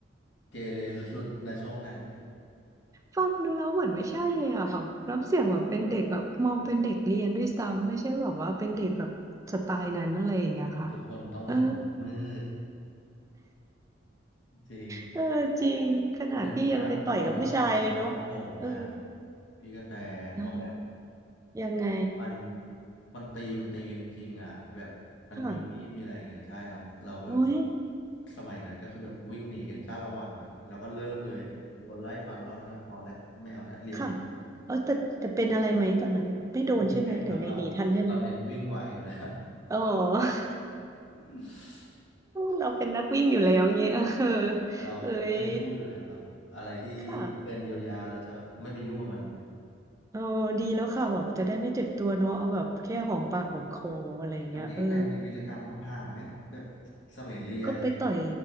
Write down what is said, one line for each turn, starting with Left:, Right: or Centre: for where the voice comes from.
Left: เกเรสุดๆนะช่วงนั้น
Right: ฟังดูแล้วเหมือนไม่ใช่เลยอ่ะแบบน้ำเสียงแบบเป็นเด็กแบบมองเป็นเด็กเรียนด้วยซ้ำไม่ใช่แบบว่าเป็นเด็กแบบสไตล์นั้นอะไรอย่างเงี้ยค่ะ
Left: ทุกคนต้องผ่านมืด
Right: เออ
Left: จริง
Right: เออจริงขนาดพี่ยังไปต่อยกับผู้ชายเลยเนาะ
Left: อุ้ยแต่มันน่ากลัวอะคนนครถมอ่ะ
Right: เออ
Left: พี่กระแตเพราะแบบ
Right: ได้ยังไง
Left: มันมันตีมันตีกันจริงๆอ่ะแบบมันมีมีดมีอะไรอย่างเงี้ยใช่ครับเราแบบ
Right: ค่ะโอ้ย
Left: สมัยนั้นก็คือแบบวิ่งหนีกันจ้าละวันอ่ะแล้วก็เลิกเลยโดนไล่ฟันรอบนั้นอะพอแล้วไม่เอาแล้วเรียนดีกว่า
Right: ค่ะเออแต่แต่เป็นอะไรไหมตอนนั้นไม่โดนใช่ไหมหรือไงดีทันใช่ไหม
Left: โอ้พี่เพลงครับเราเราเน้นวิ่งไวอยู่แล้ว
Right: อ๋อ <laughs>
Left: <laughs>
Right: เราเป็นนักวิ่งอยู่แล้วอย่างเงี้ยเออ
Left: เราไม่สู้อยู่แล้วครับอะไรที่
Right: เอ้ยค่ะ
Left: เกินเยียวยาเราจะไม่ไปยุ่งกับมัน
Right: เออดีแล้วค่ะแบบจะได้ไม่เจ็บตัวเนาะเอาแบบแค่หอมปากหอมคออะไรอย่างเงี้ยเออ
Left: อย่างพี่กระแตมีวีรกรรมทำผ่ามๆไหมแบบสมัยเรียนอะไรอย่างเงี้ย
Right: ก็ไปต่อย